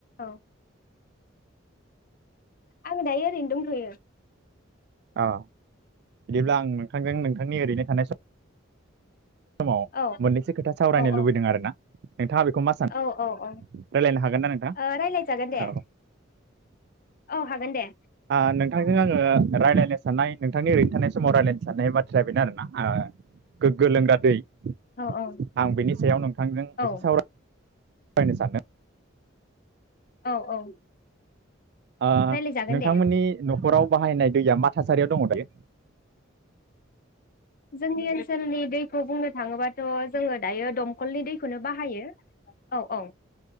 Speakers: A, on the left; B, on the right.
A: औ आं दायो ओरैनो दंथयो।
B: औ बिदिब्ला आं नोंथांजों नोंथांनि ओरैनो थानाय समाव समाव
A: औ
B: मोननैसो खोथा सावरायनो
A: औ
B: लुबैदों आरो ना। नोंथाङा बेखौ मा सानो
A: औ औ औ
B: रायलायनो हागोन ना नोंथां
A: ओ रायलायजागोन दे
B: औ
A: औ हागोन दे।
B: ओ नोंथांजों आङो रायलायनो साननाय नोंथांनि ओरैनो थानाय समाव रायलायनो साननाय बाथ्राया बेनो आरोना गोग्गो लोंग्रा दै दै
A: औ औ
B: आं बेनि सायाव नोंथांजों
A: औ
B: एसे सावराय रायनो सानदों
A: औ औ।
B: आ
A: रायलायजागोन
B: नोंथांमोननि
A: दे
B: न'खराव बाहायनाय दैया मा थासारियाव दङ दायोे
A: जोंनि ओनसोलनि दैखौ बुंनो थाङोबाथ' जोङो दायो दमखलनि दैखौनो बाहायो औ -औ